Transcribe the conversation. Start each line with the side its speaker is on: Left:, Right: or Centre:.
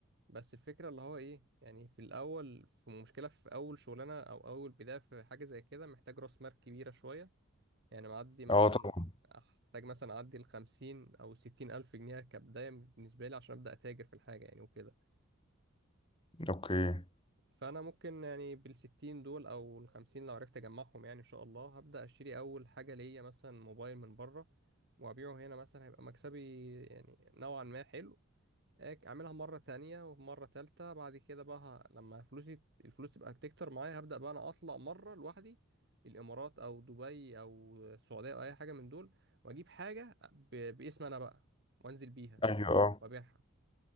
Right: بس الفكره اللي هو ايه يعني في الاول في مشكله في اول شغلانه او اول بدايه في حاجه زي كده محتاج راس مال كبيره شويه يعني معدي مثلا
Left: اه طبعا
Right: احتاج مثلا اعدي ال 50 او 60 الف جنيه كبدايه بالنسبه لي عشان ابدا اتاجر في الحاجه يعني وكده
Left: اوكي
Right: فانا ممكن يعني بالستين دول او الخمسين لو عرفت اجمعهم يعني ان شاء الله هبدا اشتري اول حاجه ليا مثلا موبايل من بره وابيعه هنا مثلا هيبقى مكسبي يعني نوعا ما حلو أك- اعملها مره تانية ومره تالتة بعد كده بقى ه- لما فلوسي الفلوس تبقى بتكتر معايا هبدا بقى انا اطلع مره لوحدي الامارات او دبي او السعوديه او اي حاجه من دول واجيب حاجه ب- باسم انا بقى وانزل بيها
Left: ايوه اه
Right: وابيعها